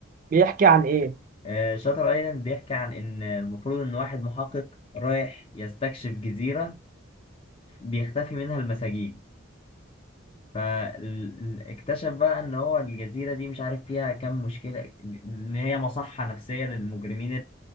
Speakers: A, on the right; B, on the left.
A: بيحكي عن ايه
B: آه، شاتر ايلاند بيحكي عن ان المفروض ان واحد محقق رايح يستكشف جزيرة بيختفي منها المساجين فاكتشف بقى ان هو الجزيرة دي مش عارف فيها كام مشكلة ان هي مصحة نفسية للمجرمين